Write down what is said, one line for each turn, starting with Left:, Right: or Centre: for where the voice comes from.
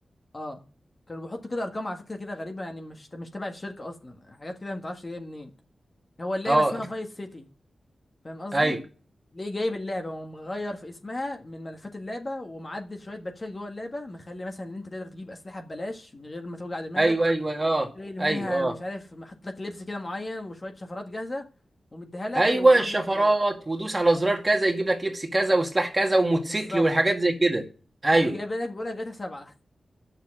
Left: اه كانوا بيحطوا كده ارقام على فكرة كده غريبة يعني مش مش تبع الشركة اصلا حاجات كده ما تعرفش جايه منين هو اللعبة
Right: اه
Left: اسمها فايس سيتي فاهم قصدي
Right: ايوه
Left: ليه جايب اللعبة ومغير في اسمها من ملفات اللعبة ومعدل شوية باتشات جوه اللعبة مخلي مثلا ان انت تقدر تجيب اسلحة ببلاش من غير ما توجع دماغك
Right: ايوه ايوه اه
Left: شايل
Right: ايوه
Left: منها
Right: اه
Left: مش عارف محط لك لبس كده معين وشويه شفرات جاهزه ومديها لك
Right: ايوه
Left: وبيقول
Right: الشفرات
Left: لك آه،
Right: ودوس على زرار كذا يجيب لك لبس كذا وسلاح كذا وموتوسيكل
Left: بالظبط
Right: والحاجات زي كده ايوه
Left: وتلاقيه جايبها لك بيقول لك جاتا سبعه